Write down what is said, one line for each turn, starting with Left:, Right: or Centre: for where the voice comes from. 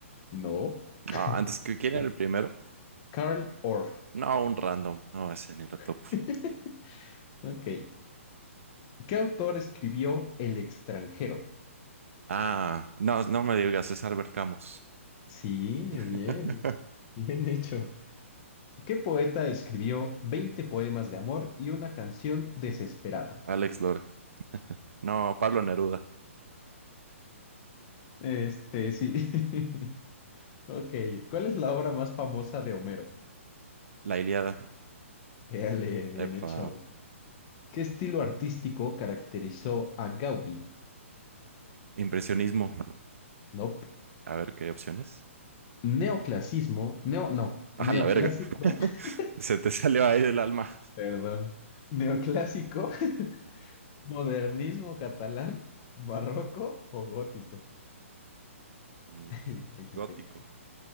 Left: no.
Right: No, antes que quién
Left: Es
Right: era el primero.
Left: Karl Orff.
Right: No, un random. No, ese ni la top.
Left: <laughs> Ok. ¿Qué autor escribió El extranjero?
Right: Ah, no, no me digas, es Albert Camus.
Left: Sí,
Right: <laughs>
Left: bien. Bien hecho. ¿Qué poeta escribió 20 poemas de amor y una canción desesperada?
Right: Alex Lora. No, Pablo Neruda.
Left: Este, sí. <laughs> Ok. ¿Cuál es la obra más famosa de Homero?
Right: La Ilíada.
Left: Dale bien
Right: Epa.
Left: hecho. ¿Qué estilo artístico caracterizó a Gaudí?
Right: Impresionismo.
Left: Nope.
Right: A ver qué opciones.
Left: Neoclasismo. Neo, no.
Right: Ah,
Left: Neoclásico.
Right: la verga. <laughs>
Left: <laughs>
Right: Se te salió ahí del alma.
Left: Perdón. Neoclásico. <laughs> Modernismo catalán. Barroco o gótico.
Right: Mm,
Left: <laughs> XD.
Right: Gótico.